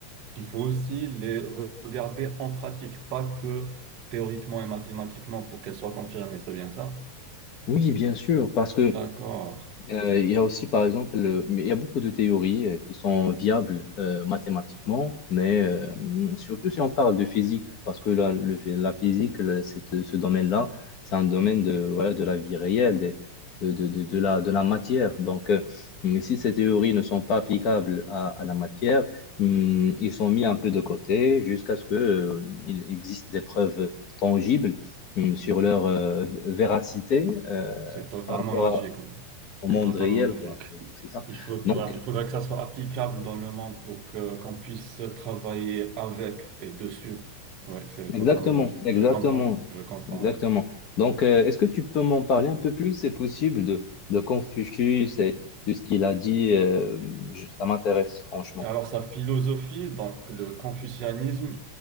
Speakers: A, on the right; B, on the left.
A: Il faut aussi les re- regarder en pratique, pas que théoriquement et mathématiquement pour qu'elles soient confirmées, c'est bien ça?
B: Oui, bien sûr, parce que
A: D'accord.
B: euh, il y a aussi, par exemple, euh, mais il y a beaucoup de théories euh, qui sont viables euh, mathématiquement, mais euh, surtout si on parle de physique, parce que la, le- la physique, le- cette- ce domaine-là, c'est un domaine de, voilà, de la vie réelle, des- de, de, de, de la, de la matière. Donc, euh, si ces théories ne sont pas applicables à, à la matière, hum, ils sont mis un peu de côté jusqu'à ce que, euh, il existe des preuves tangibles hum, sur
A: Oui,
B: leur euh, véracité. euh,
A: C'est totalement
B: par rapport
A: logique, oui.
B: au
A: C'est
B: monde
A: totalement
B: réel,
A: logique.
B: quoi. C'est ça.
A: Il faut,
B: Donc,
A: euh, voilà, il faudrait que ça soit applicable dans le monde pour que qu'on puisse travailler avec et dessus. Oui, c'est
B: exactement,
A: totalement logique.
B: exactement,
A: Je comprends, je comprends.
B: exactement.
A: oui.
B: Donc, euh, est-ce que tu peux m'en parler un peu plus, c'est possible, de, de Confucius et de ce qu'il a dit euh, je- Ça m'intéresse, franchement.
A: Alors, sa philosophie, donc le confucianisme,